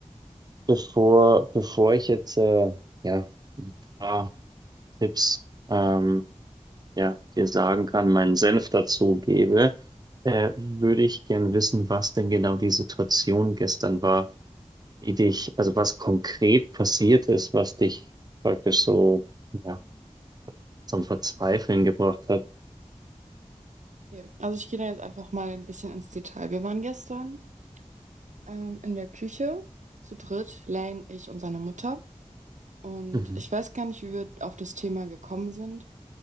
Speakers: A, on the right (about 35°); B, on the right (about 85°).
A: bevor, bevor ich jetzt äh, ja, ein paar Tipps ähm, ja, dir sagen kann, meinen Senf dazu gebe, äh, würde ich gern wissen, was denn genau die Situation gestern war, die dich, also was konkret passiert ist, was dich praktisch so, ja, zum Verzweifeln gebracht hat.
B: Okay. Also ich gehe da jetzt einfach mal ein bisschen ins Detail. Wir waren gestern ähm, in der Küche zu dritt, Lane, ich und seine Mutter. Und
A: Mhm.
B: ich weiß gar nicht, wie wir auf das Thema gekommen sind,